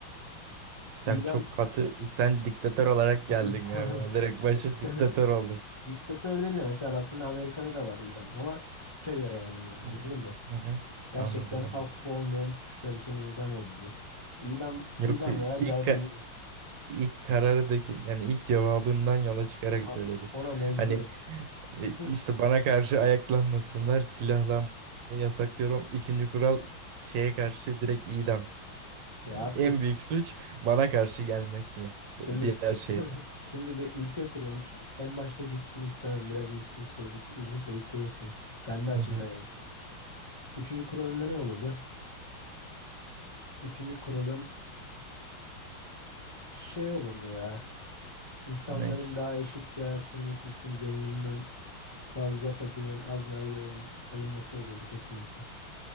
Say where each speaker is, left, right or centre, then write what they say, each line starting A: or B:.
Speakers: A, on the right; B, on the left.
A: Sen
B: İdam
A: çok katı sen diktatör olarak
B: <laughs>
A: geldin galiba. Direkt başı
B: Dikta-
A: diktatör oldun.
B: diktatör değil de mesela baktığında Amerika'da da var idam ama suça göre yani idam
A: Hı
B: anladın
A: hı.
B: mı?
A: Hı hı.
B: Gerçekten
A: Anladım. abi.
B: affı olmayan suçlar için idam olurdu. İdam,
A: Yok
B: idam veya
A: ilk
B: caydırıcı.
A: ka- ilk karardaki yani ilk cevabından yola çıkarak
B: Ha,
A: söyledim.
B: Ona mecburum.
A: Hani e,
B: <laughs>
A: işte bana karşı ayaklanmasınlar, silahlanmayı yasaklıyorum. İkinci kural şeye karşı direkt idam. Yani
B: Ya artık
A: en büyük suç bana karşı gelmek mi?
B: şimdi
A: Diğer şeyden.
B: <laughs> şimdi bir ülke kuruyorum. Hiç en başta gitsin istemem. Biraz gitsin soluk, uzun soluklu olsun. Kendi açımdan
A: Hı hı.
B: yani. Üçüncü kuralımda ne olurdu? Üçüncü kuralım şey olurdu ya. İnsanların
A: Ne?
B: daha eşit bir hayat sürmesi için zenginden fazla, fakirden az vergi alın- alınması olurdu kesinlikle.